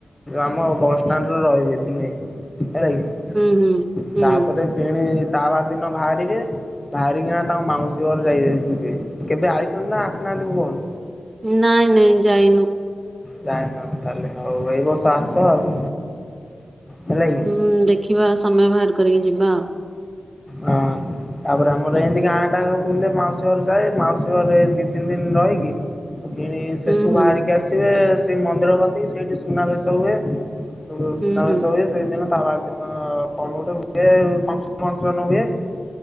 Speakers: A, on the left; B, on the right.
A: ଆମ ବସ୍ ଷ୍ଟାଣ୍ଡ ରେ ରହିବେ ଦିନେ। ହେଲା କି।
B: ହୁଁ ହୁଁ ହୁଁ
A: ତାପରେ ଫେଣେ ତା ବାର ଦିନ ବାହା ରିବେ। ବାହାରିକିନା ତାଙ୍କ ମାଉସୀ ଘର ଯାଇ ଯିବେ। କେବେ ଆଇଛନ୍ତି ନା ଆସିନାହାନ୍ତି ଭୁବନ?
B: ନାଇଁ ନାଇଁ ଯାଇନୁ।
A: ଯାଇନ ତାହେଲେ, ହୋଉ ଏଇ ବର୍ଷ ଆସ ଆଉ। ହେଲାକି।
B: ହୁଁ ଦେଖିବା ସମୟ ବାହାର କରିକି ଯିବା ଆଉ।
A: ହଁ। ତାପରେ ଆମର ଏମିତି ଗାଁ ଟାକ ବୁଲେ ମାଉସୀ ଘରେ ଯାଏ। ମାଉସୀ ଘରେ ଦି ତିନି ଦିନ ରହିକି ଏଣି ସେଠୁ
B: ହୁଁ ହୁଁ
A: ବାହାରିକି ଆସିବେ ସେଇ ମନ୍ଦିର କତିକି, ସେଇଠି ସୁନାବେଶ ହୁଏ। ସୁନାବେସ
B: ହୁଁ ହୁଁ
A: ହୁଏ ସେଇଦିନ ତା ବାର ଦିନ କଣ ଗୋଟେ ହୁଏ ଫକ୍ସନ ଫକ୍ସନ ହୁଏ।